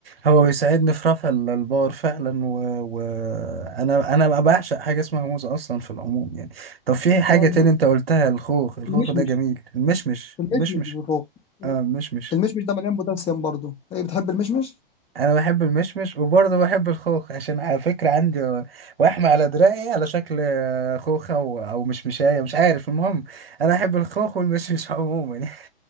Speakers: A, on the right; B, on the left.
A: هو بيساعدني في رفع ال- البار فعلا وانا و... و- انا أنا بعشق حاجه اسمها موز اصلا في العموم يعني طب في حاجه
B: ده الب-
A: تاني انت قلتها الخوخ الخوخ
B: المشمش
A: ده جميل المشمش
B: المشمش
A: المشمش
B: اللي فوق
A: اه المشمش
B: المشمش ده مليان بوتاسيوم برضه ايه بتحب المشمش
A: انا بحب المشمش وبرضه بحب الخوخ عشان على فكره عندي وحمة على دراعي على شكل آه، خوخه او أو مشمشايه مش عارف المهم انا بحب الخوخ والمشمش عموما <laughs>